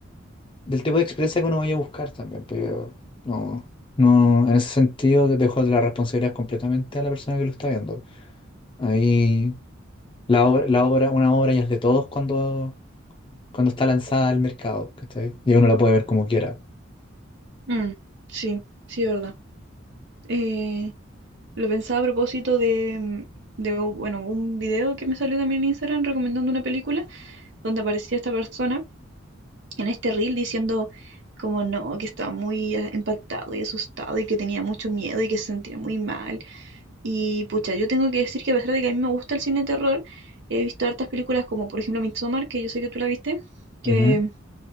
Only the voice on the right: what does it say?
Mm, sí, sí, es verdad. Eh, lo pensaba a propósito de, mm, de, u- bueno, un video que me salió también en Instagram recomendando una película donde aparecía esta persona en este reel diciendo como no, que estaba muy eh, impactado y asustado y que tenía mucho miedo y que se sentía muy mal. Y pucha, yo tengo que decir que a pesar de que a mí me gusta el cine de terror, he visto hartas películas como por ejemplo Midsommar, que yo sé que tú la viste, que,